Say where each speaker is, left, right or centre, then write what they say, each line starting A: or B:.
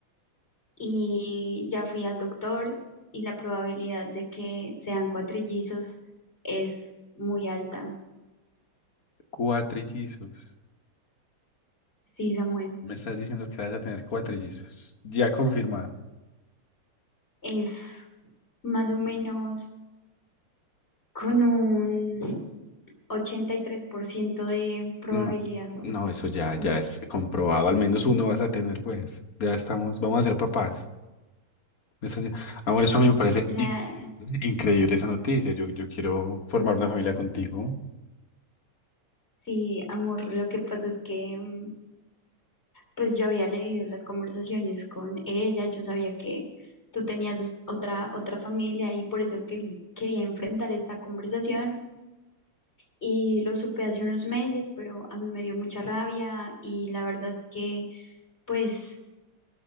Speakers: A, on the left; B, on the left.
A: Y ya fui al doctor y la probabilidad de que sean cuatrillizos es muy alta.
B: Cuatrillizos.
A: Sí, Samuel,
B: Me estás diciendo que vas a tener cuatrillizos. Ya confirmado.
A: es más o menos con un 83% de probabilidad.
B: No, no, eso ya,
A: Ujú.
B: ya es comprobado. Al menos uno vas a tener, pues. Ya estamos, vamos a ser papás. Eso ya- Amor, eso a mí
A: Sí,
B: me parece
A: la,
B: in- increíble esa noticia. Yo, yo quiero formar una familia contigo,
A: sí, amor, lo que pasa es que... mm, pues yo había leído las conversaciones con ella, yo sabía que tú tenías sus- otra, otra familia y por eso querí- quería enfrentar esta conversación y lo supe hace unos meses, pero a mí me dio mucha rabia y la verdad es que pues